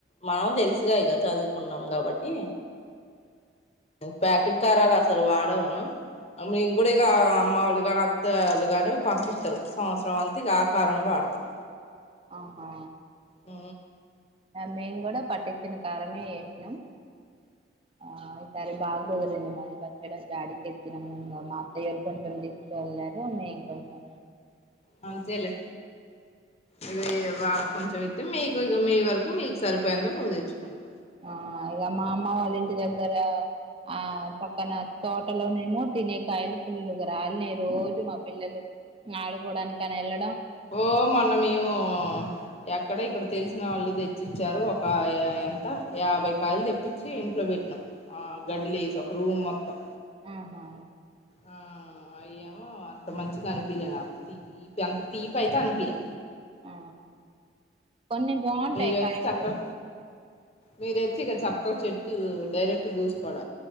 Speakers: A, on the left (about 35°); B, on the right (about 30°).
A: మనం తెలుసుగా ఇక చదువుకున్నాం కాబట్టి ప్యాకెట్ కారాలు అసలు వాడవు అ మేము కూడా ఇకా అమ్మ వాళ్ళ గాని అత్త వాళ్ళు ని పంపిస్తారు సంవత్సరం అంతా ఆకారమే వాడతాం
B: ఆహా
A: ఉ
B: మేము కూడా పట్టించిన కారమే ఏసినం ఆ ఈ సారి బాగా కుదిరింది మరి పచ్చడి జాడికిెత్తినము మా అత్తయ్యరు కొంచెం మేము కొంచం
A: మంచిేలే ఇది వాళ కొంచం అయి మీ మ వరకు మీకు సరిపోయిందో నువ్వు తెచ్చుకున్నావు
B: ఆ ఇక మా అమ్మ వాళ్ళ ఇంటి దగ్గర ఆ పక్కన తోటలోన ఉన్నిన్న తినే కాయలు పుల్లుగా రాలినాయి రోజు మా పిల్లలు ఆడుకోవడానికి అని వెళ్ళ
A: ఓ మాల్ల మేము ఎక్కడో ఇక్కడ తెలిసిన వాళ్ళు తెచ్చిచ్చారు ఒక ఎంత యాభై కాయలు తెప్పించి ఇంట్లో పెట్టినా ఆ గడ్డి లో వేసా ఒక రూమ్ మొత్తం
B: ఆహా
A: ఆ అయ్యేమో అంత మంచిగా అనిపిలే నాకు తీపి అంత తీపి అయితే అనిపిలే
B: ఆ కొన్ని బాగుంటాయి
A: మీరు అయితే
B: కాయలు
A: తక్కువ మీరు వచ్చి ఇక చక్కాగ చెట్టు డైరెక్ట్ జూసుకాడ